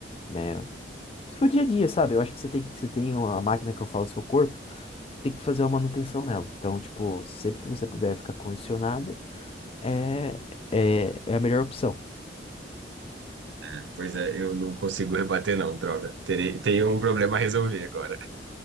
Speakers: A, on the left; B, on the right.
A: né? Pro dia a dia, sabe? Eu acho que você tem, você tem uma máquina que eu falo seu corpo, tem que fazer uma manutenção nela. Então, tipo, sempre que você puder ficar condicionado, é, é, é a melhor opção.
B: É, Pois é, eu não consigo rebater não, droga. Terei, tenho um problema a resolver agora.